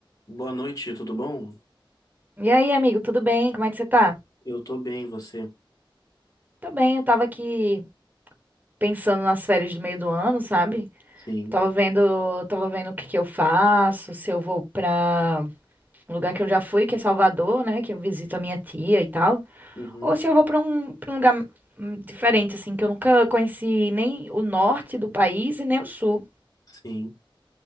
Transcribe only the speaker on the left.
Boa noite, tudo bom?
Eu tô bem, você?
Sim.
Uhum,
sim.